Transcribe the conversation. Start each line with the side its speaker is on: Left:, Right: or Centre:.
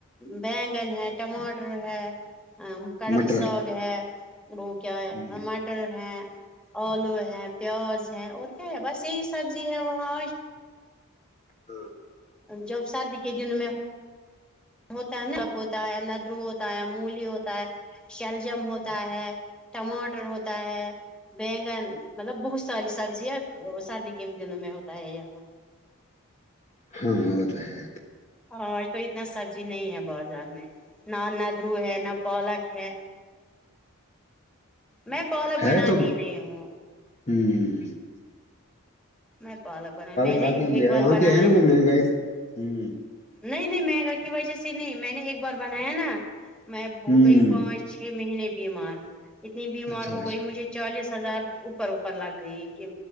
Centre: بیگن ہے ٹماٹر ہے کڑم
Left: مٹر
Centre: ساگ ہے وہ کیا
Left: ہ
Centre: مٹر ہے آلو ہے پیاز ہے اور کیا ہے بس یہی سبزی ہے وہاں
Left: ہاں
Centre: جوب سردی کے دن میں ہوتا ہے نک ہوتا ہے ندرو ہوتا ہے مولی ہوتا ہے شلجم ہوتا ہے ٹماٹر ہوتا ہے بینگن مطلب بہت ساری سبزیاں سردی کے دنوں میں ہوتا ہے یہاں
Left: ہاں وہ تو ہے
Centre: ہاں تو اتنا سبزی نہیں ہے بازار میں نہ ندرو ہے نہ پالک ہے میں پالک
Left: ہے
Centre: بناتی
Left: تو
Centre: نہیں ہوں
Left: ہوں ہ ہ
Centre: میں پالک بنایا میں نے
Left: کھاتی ہوئی
Centre: ایک
Left: ہے
Centre: بار
Left: یہاں
Centre: بنایا
Left: بھی ہے وہ
Centre: نا
Left: مہنگائی ہوں
Centre: نہیں نہیں مہنگا کی وجہ سے نہیں میں نے ایک بار بنایا نا میں ہو
Left: ہوں
Centre: گئی پہچ چھ مہینے بیمار اتنی بیمار
Left: اچھا
Centre: ہو
Left: اچھا
Centre: گئی مجھے چالیس ہزار اوپر اوپر لگ گئی کہ